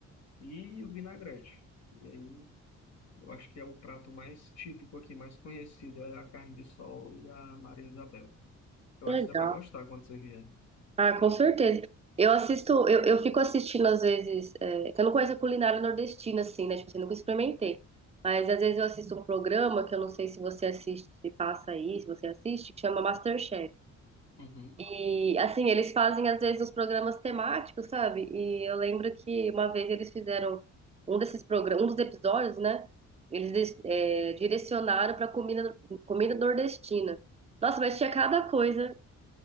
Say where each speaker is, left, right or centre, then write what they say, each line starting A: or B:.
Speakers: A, on the left; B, on the right.
A: E o vinagrete. E aí, eu acho que é o prato mais típico aqui, mais conhecido, é a carne de sol e a Maria Isabel. Eu
B: que
A: acho
B: legal.
A: que você vai gostar quando você vier.
B: Ah, com certeza. Eu assisto, eu, eu fico assistindo às vezes, é, que eu não conheço a culinária nordestina, assim, né? Tipo assim, nunca experimentei. Mas às vezes eu assisto um programa que eu não sei se você assiste, se passa aí, se você assiste, que chama MasterChef.
A: Uhum.
B: E assim, eles fazem às vezes os programas temáticos, sabe? E eu lembro que uma vez eles fizeram um desses programas, um dos episódios, né? Eles des- é, direcionaram para comida, comida nordestina. Nossa, mas tinha cada coisa